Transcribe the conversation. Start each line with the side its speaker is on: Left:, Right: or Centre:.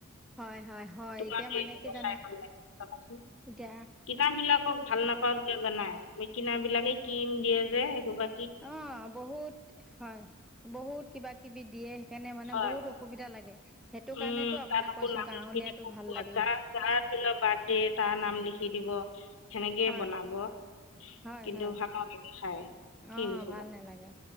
Centre: হয়, হয়, হয়,
Left: তোমাৰটোৱে
Centre: এতিয়া মানে
Left: দিব
Centre: কি জানা
Left: চাই ভাল লাগিব চাবাচোন
Centre: দে
Left: কিনাবিলাকক ভাল নাপাওঁ কিয় জানাই কিনা বিলাকে এই কিম দিয়ে যে এইসোবা
Centre: অ' বহুত হয় বহুত কিবা কিবি দিয়ে। কেনে মানে
Left: হয়
Centre: বহুত অসুবিধা লাগে। সেইটো
Left: উম
Centre: কাৰণেতো আপোনাক
Left: তাত আকৌ
Centre: কৈছো
Left: নাম
Centre: গাঁৱলীয়াতো
Left: লিখি দিব
Centre: ভাল
Left: পোৱা
Centre: লাগে।
Left: যাৰ <unintelligible> বাৰ্থডে তাৰ নাম লিখি দিব সেনেকে
Centre: হয়,
Left: বনাব। কিন্তু
Centre: হয়, হয়।
Left: ভাঙকে নি খাই। ক্ৰীমসোপা
Centre: অ' ভাল নালাগে,